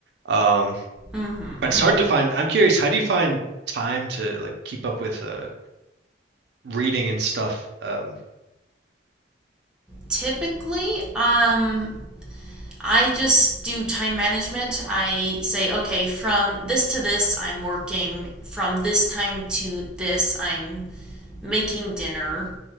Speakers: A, on the right; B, in the centre.
A: Um,
B: hmm
A: but it's hard to find. I'm curious, how do you find time to like keep up with uh reading and stuff? Um,
B: Typically, um, I just do time management. I say, okay, from this to this, I'm working. From this time to this, I'm making dinner.